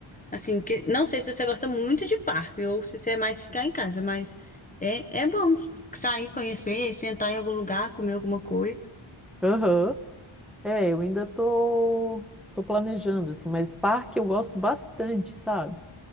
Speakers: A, on the left; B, in the centre.
A: Assim, que não sei se você gosta muito de parque ou se você é mais ficar em casa, mas é, é bom sair, conhecer, sentar em algum lugar, comer alguma coisa.
B: aham. É, eu ainda tô, tô planejando, assim, mas parque eu gosto bastante, sabe?